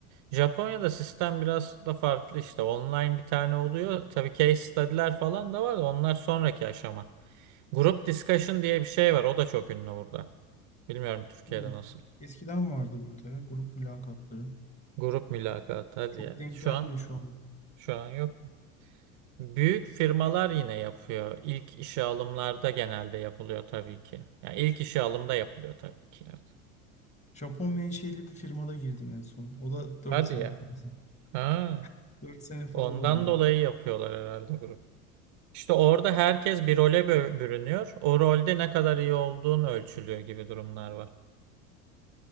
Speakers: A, on the right (about 45°); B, on the left (about 15°).
A: Japonya'da sistem biraz da farklı işte online bir tane oluyor. Tabii case study'ler falan da var da onlar sonraki aşama. Grup discussion diye bir şey var o da çok ünlü burada. Bilmiyorum Türkiye'de
B: Hmm.
A: nasıl.
B: Eskiden vardı burada ya grup mülakatları.
A: Grup mülakat hadi
B: Çok
A: ya.
B: denk
A: Şu
B: gelmiyor
A: an
B: şu an.
A: şu an yok. Büyük firmalar yine yapıyor. İlk işe alımlarda genelde yapılıyor tabii ki. Yani ilk işe alımda yapılıyor tabii ki. Evet.
B: Japon menşeli bir firmada girdim en son. O da dört
A: Hadi
B: sene
A: ya.
B: falan.
A: Ha,
B: <laughs> 4 sene falan
A: ondan
B: oluyordu.
A: dolayı yapıyorlar herhalde grup. İşte orada herkes bir role bö- bürünüyor. O rolde ne kadar iyi olduğun ölçülüyor gibi durumlar var.